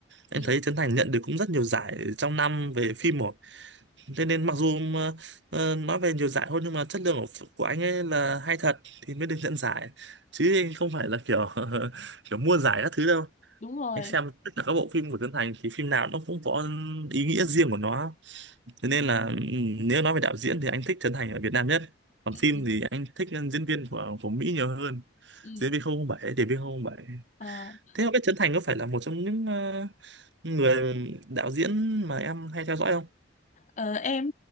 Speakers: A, on the left; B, on the right.
A: Ừ.
B: em thấy Trấn Thành nhận được cũng rất nhiều giải trong năm về phim một Thế nên mặc dù mà, ờ, nói về nhiều giải thôi nhưng mà chất lượng của, của anh ấy là hay thật thì mới được nhận giải chứ anh không phải là kiểu <laughs> kiểu mua giải các thứ đâu
A: đúng rồi
B: anh xem tất cả các bộ phim của Trấn Thành thì phim nào nó cũng có ý nghĩa riêng của nó thế nên là ừ, nếu nói về đạo diễn thì anh thích Trấn Thành ở Việt Nam nhất còn
A: ừ.
B: phim
A: Ừ.
B: thì anh thích diễn viên của của Mỹ nhiều hơn
A: Ừ.
B: diễn viên 007 để viên 007
A: Ờ.
B: thế không biết Trấn Thành có phải là một trong những ờ, người đạo diễn mà em hay theo dõi không?
A: Ờ, em